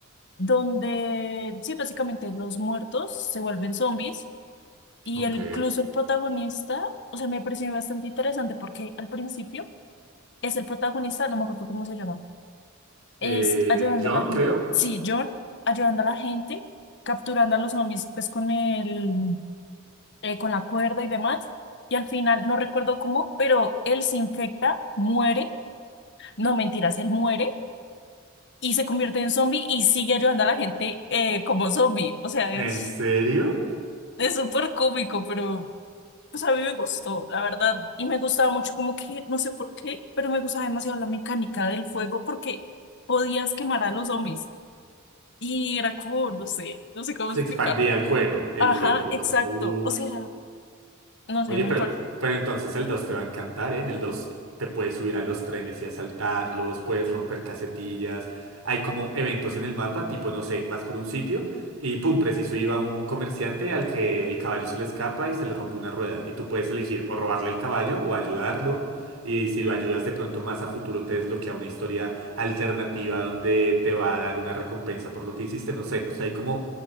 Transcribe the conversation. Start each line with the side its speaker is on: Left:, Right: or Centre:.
Left: donde, sí, básicamente los muertos se vuelven zombies y
Right: Ok.
Left: el, incluso el protagonista, o sea, me pareció bastante interesante porque al principio es el protagonista, no me acuerdo cómo se llama,
Right: Eh,
Left: es ayudando
Right: John,
Left: a la gente,
Right: creo.
Left: sí, John, ayudando a la gente, capturando a los zombies pues con el, eh, con la cuerda y demás. Y al final, no recuerdo cómo, pero él se infecta, muere, no mentiras, él muere y se convierte en zombie y sigue ayudando a la gente eh, como zombie. O sea, es...
Right: ¿En serio?
Left: Es súper cómico, pero pues a mí me gustó, la verdad. Y me gustaba mucho como que, no sé por qué, pero me gustaba demasiado la mecánica del fuego porque podías quemar a los zombies. Y era como, no sé, no sé cómo
Right: Se
Left: explicarlo.
Right: expandía el juego, el
Left: Ajá,
Right: fuego. o
Left: exacto.
Right: como- Uf.
Left: O sea, no sé,
Right: Oye,
Left: me
Right: pero,
Left: parece.
Right: pero entonces el 2 te va a encantar, ¿eh? En el 2 te puedes subir a los trenes y asaltarlos, puedes romper casetillas. Hay como eventos en el mapa, tipo, no sé, vas por un sitio y pum, preciso iba un comerciante al que el caballo se le escapa y se le rompe una rueda. Y tú puedes elegir o robarle el caballo o ayudarlo. Y si lo ayudas de pronto más a futuro te desbloquea una historia alternativa donde te va a dar una recompensa por lo que hiciste, no sé. O sea, hay como,